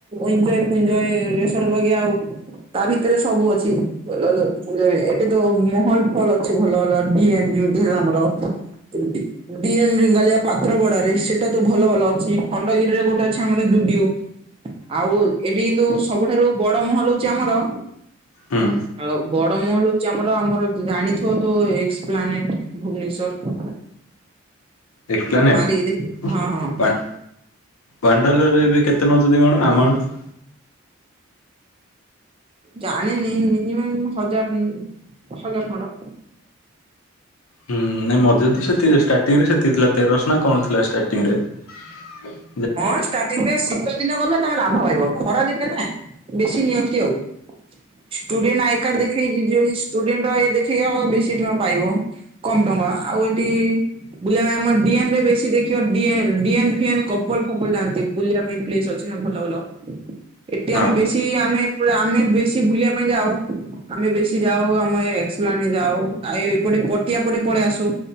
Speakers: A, on the right (about 25°); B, on the left (about 80°).
A: ଏଞ୍ଜୟ୍ ଫେଞ୍ଜୟ ରେସଣ୍ତ୍ ବେଗ ଆଉ ତା ଭିତରେ ସବୁ ଅଛି ଭଲ ଭଲ ଏଠେତ ମହଲ ଫଲ୍ ଅଛି ଭଲ ଭଲ ନ ଯେମତି ହେଲା ଆମର ସେମିତି। ଡି ଏମ ରେଙ୍ଗାଲିଆ ପାତ୍ର ବାଡ଼ାରେ ସେଇଟାତ ଭଲ ଭଲ ଅଛି ଖଣ୍ଡଗିରିରେ ଗୋଟେ ଅଛି ଆମର ଜୁଡିଓ। ଆଉ ଏଠି କିନ୍ତୁ ସବୁଠାରୁ ବଡ଼ ମହଲ ହଉଚି ଆମର
B: ହୁଁ।
A: ହ ବଡ଼ ମହଲ ହଉଚି ଆମର ଆମର ଜାଣିଥିବତ ଏକ୍ସପ୍ଲାନେଟ ଭୁବନେଶ୍ଵର?
B: ଏକ୍ସପ୍ଲାନେଟ୍
A: ମାରିକି ଦେଖି
B: <unintelligible>
A: ହଁ ହଁ।
B: ୱାଣ୍ଡାଲରେ ଏବେ କେତେ ନେଉଛନ୍ତି କଣ ଆମାଉଣ୍ଟ?
A: ଜାଣିନି ମିନିମମ୍ ହଜାର ହଜାର ଖଣ୍ଡ।
B: ହୁଁ ନାଇଁ ମଝିରେ ତ ସେ ଷ୍ଟାର୍ଟିଂ ରେ ତ ସେତିକ ଥିଲା ତେରସ ନା କଣ ଥିଲା ଷ୍ଟାର୍ଟିଂ ରେ। ହୁଁ
A: ହଁ ଷ୍ଟାର୍ଟିଂରେ ଶୀତ ଦିନ ଗଲେ ତମେ ଲାଭ ପାଇଇବ ଖରା ଦିନେ ନା ବେଶୀ ନିଅନ୍ତି ଆଉ। ଷ୍ଟୁଡେଣ୍ଟ ଆଇ କାର୍ଡ ଦେଖେଇ ଯିବ ଷ୍ଟୁଡେଣ୍ଟ ଦେଖେଇକି ଆ ବେଶୀ ଟଙ୍କା ପାଇବ। କମ ଟଙ୍କା ଆଉ ଏଟି ବୁଲ ଆମ ଡିଏନ ରେ ବେଶୀ ଦେଖିବ ଡିଏନ ଫିଏନ କପଲ ଫପଲ ଯାଆନ୍ତି ବୁଲିବା ପାଇଁ ପ୍ଲେସ୍ ଅଛି ନା ଭଲ ଭଲ। ଏଠି
B: ହଁ
A: ଆମେ ବେଶୀ ଆମେ ପୁରା ଆମେ ବେଶୀ ବୁଲିବା ପାଇଁ ଯାଉ ଆମେ ବେଶୀ ଯାଉ ଆମେ ଏକସଲା ଯାଉ ଆ ଏପଟେ ପଟିଆ ପଟେ ପଳେଇ ଆସୁ।